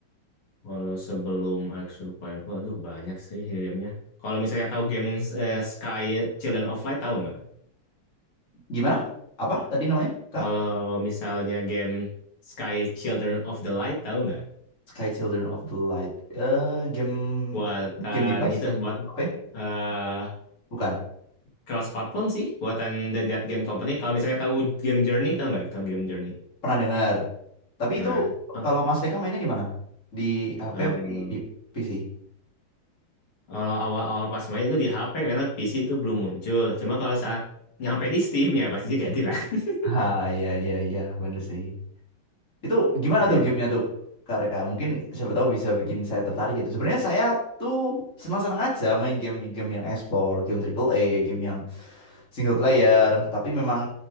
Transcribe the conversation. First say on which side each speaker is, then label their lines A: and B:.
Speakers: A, on the left (about 85°); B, on the left (about 35°).
A: Kalau sebelum Ark Survival, aduh banyak sih gamenya. Kalau misalnya tahu game eh, Sky Children of Light tahu nggak?
B: gimana apa tadi namanya Kak
A: Kalau misalnya game Sky Children of the Light tahu nggak?
B: Sky Children of the Light. Eh, game
A: Buatan
B: game device?
A: itu buat
B: Apa? ya?
A: eh
B: Bukan.
A: cross platform sih, buatan The Dead Game Company. Kalau misalnya tahu game Journey tahu nggak? Tahu game Journey?
B: Pernah dengar. Tapi
A: Nah,
B: itu
A: eh,
B: kalau Mas Eka mainnya di mana? Di HP
A: tahu.
B: apa di, di PC?
A: Kalau awal-awal pas main itu di HP karena PC itu belum muncul. Cuma kalau saat nyampe di Steam ya pastinya ganti lah. <laughs>
B: Ah, iya iya iya bener sih. Itu gimana
A: Ya,
B: tuh gamenya tuh Kak Reka? Mungkin siapa tahu bisa bikin saya tertarik gitu. Sebenarnya saya tuh senang-senang aja main game-game yang explore, game triple A, game yang single player. Tapi memang